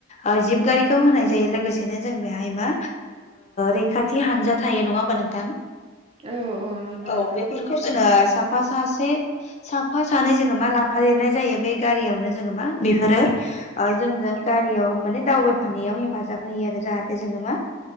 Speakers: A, on the left; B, on the right.
A: ओ जिबगारिखौ होनाय जायो लोगोसेनो जों बेहाय मा रैखाथि हानजा थायो नङा होमबा नोंथां।
B: औ नंगौ
A: औ
B: नोंथां
A: बेफोरखौ जोङो साफा सासे साफा सानै जोङो मा लाफा देरनाय जायो बे गारियावनो जोङो मा बेफोरो ओ जोंजों गारियाव माने दावबायफानायाव हेफाजाब होयो आरो जाहाथे जोङो मा